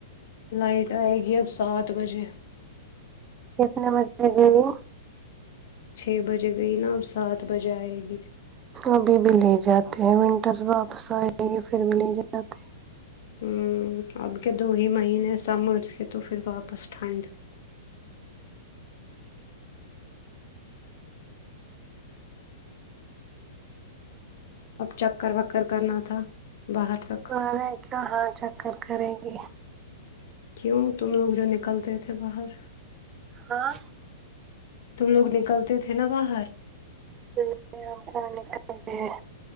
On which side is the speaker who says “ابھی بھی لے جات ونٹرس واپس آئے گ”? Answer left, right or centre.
Right